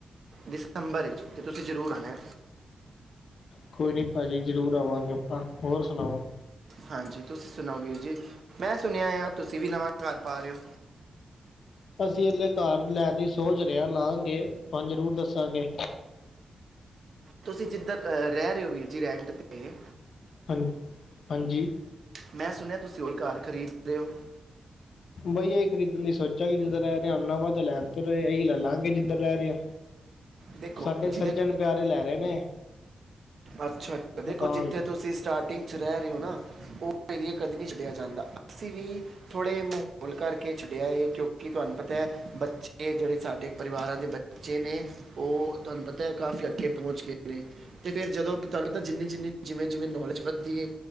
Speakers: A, on the right (about 50°); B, on the left (about 65°).
A: ਦਸੰਬਰ ਇਚ ਤੇ ਤੁਸੀਂ ਜ਼ਰੂਰ ਆਉਣਾ
B: ਕੋਈ ਨਹੀਂ ਭਾਜੀ ਜ਼ਰੂਰ ਆਵਾਂਗੇ ਆਪਾਂ ਹੋਰ ਸੁਣਾਓ
A: ਹਾਂਜੀ ਤੁਸੀਂ ਸੁਣਾਓ ਵੀਰ ਜੀ ਮੈਂ ਸੁਣਿਆ ਆ ਤੁਸੀਂ ਵੀ ਨਵਾਂ ਕਰ ਪਾ ਰੇ ਓ
B: ਅਸੀਂ ਹਲੇ ਕੱਰ ਲੈਣ ਦੀ ਸੋਚ ਰੇਆ ਲਾਂਗੇ ਤੁਹਾਨੂੰ ਜ਼ਰੂਰ ਦੱਸਾਂਗੇ
A: ਤੁਸੀਂ ਜਿੱਦਾਂ ਰਹਿ ਰੇ ਓ ਵੀਰ ਜੀ ਰੈਂਟ 'ਤੇ
B: ਹਾਂ ਹਾਂਜੀ
A: ਮੈਂ ਸੁਣਿਆ ਤੁਸੀਂ ਹੁਣ ਘਾਰ ਖਰੀਦ ਰੇ ਓ
B: ਬਈ ਇਹ ਖਰੀਦਣ ਦੀ ਸੋਚਾਂਗੇ ਜਿੱਧਰ ਰਹਿ ਰਹਾ ਓਨਾ ਵਅ ਤਾਂ ਲੈਣ ਤੋਂ ਰਹੇ ਇਹੀ ਲੈ ਲਵਾਂਗੇ ਜਿੱਧਰ ਰਹਿ ਰੇ ਆ
A: ਦੇਖੋ
B: ਸਾਡੇ
A: ਜਿਹਦੇ
B: ਸੱਜਣ ਪਿਆਰੇ ਲੈ ਰੈ ਨੇ
A: ਅੱਛਾ, ਅੱਛਾ ਦੇਖੋ
B: ਮਕਾਨ
A: ਜਿੱਥੇ ਤੁਸੀਂ ਸਟਾਰਟਿੰਗ ਜਿਥੇ ਰਹ ਰਹੇ ਹੋ ਨਾ ਉਹ ਏਰੀਆ ਕਦੇ ਨਹੀਂ ਛੱਡਿਆ ਜਾਂਦਾ ਅਸੀਂ ਵੀ ਥੋੜੇ ਮੁ ਹੁਣ ਕਰਕੇ ਛੱਡਿਆ ਹੈ ਕਿਉਂਕਿ ਤੁਹਾਨੂੰ ਪਤਾ ਬੱਚੇ ਜਿਹੜੇ ਸਾਡੇ ਪਰਿਵਾਰਾਂ ਦੇ ਬੱਚੇ ਨੇ ਉਹ ਤੁਆਨੂੰ ਪਤਾ ਹੈ ਕਾਫੀ ਅੱਗੇ ਪਹੁੰਚ ਗਏ ਨੇ ਤੇ ਫੇਰ ਜਦੋਂ ਤ ਤਾਂ ਜਿੰਨੀ ਜਿੰਨੀ ਜਿਵੇਂ ਜਿਵੇਂ ਨੌਲੇਜ ਵੱਧਦੀ ਏ